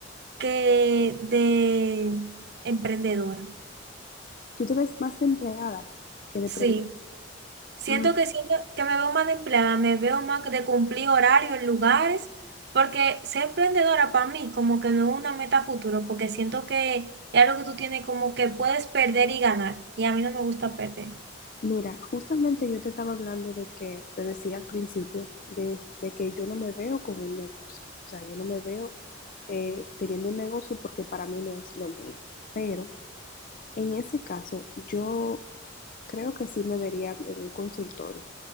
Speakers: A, on the right (about 55°); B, on the left (about 45°).
A: que de emprendedora.
B: Tú te ves más de empleada que de
A: Sí.
B: prende-
A: Siento
B: Mm,
A: que siento que me veo más de empleada, me veo más de cumplir horario en lugares, porque ser emprendedora para mí como que no es una meta a futuro, porque siento que es algo que tú tienes como que puedes perder y ganar, y a mí no me gusta perder.
B: Mira, justamente yo te estaba hablando de que, te decía al principio, de, de que yo no me veo como un negocio. O sea, yo no me veo eh, teniendo un negocio porque para mí no es lo mío. Pero en ese caso, yo Creo que sí me vería en un consultorio.